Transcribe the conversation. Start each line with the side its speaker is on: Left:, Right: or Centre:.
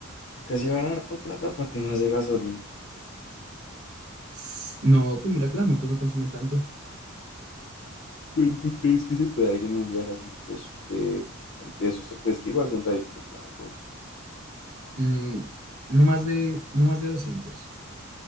Left: Toca llevar harta plata para temas de gasolina.
Right: <sniffs> Tss, No, pues mira que las motos no consumen tanto.
Left: ¿Cuánto crees que se pueda ir en un viaje así, pues, de, de esos, pues que igual son trayectos largos?
Right: Mm, no más de, no más de doscientos.